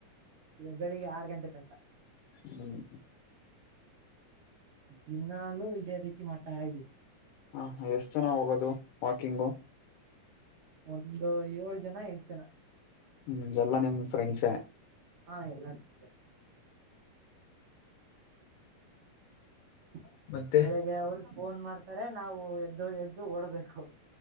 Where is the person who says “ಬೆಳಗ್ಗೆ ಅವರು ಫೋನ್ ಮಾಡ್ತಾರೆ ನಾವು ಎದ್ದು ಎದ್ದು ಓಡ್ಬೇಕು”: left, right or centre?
Right